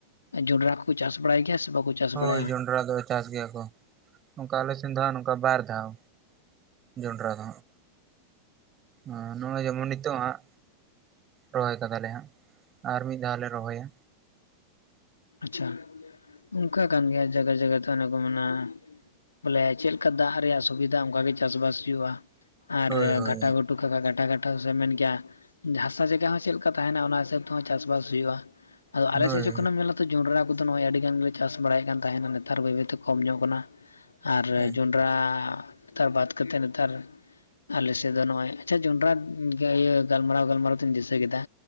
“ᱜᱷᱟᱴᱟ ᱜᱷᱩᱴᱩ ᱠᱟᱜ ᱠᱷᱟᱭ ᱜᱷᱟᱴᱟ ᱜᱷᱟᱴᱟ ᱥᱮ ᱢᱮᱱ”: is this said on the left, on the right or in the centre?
Left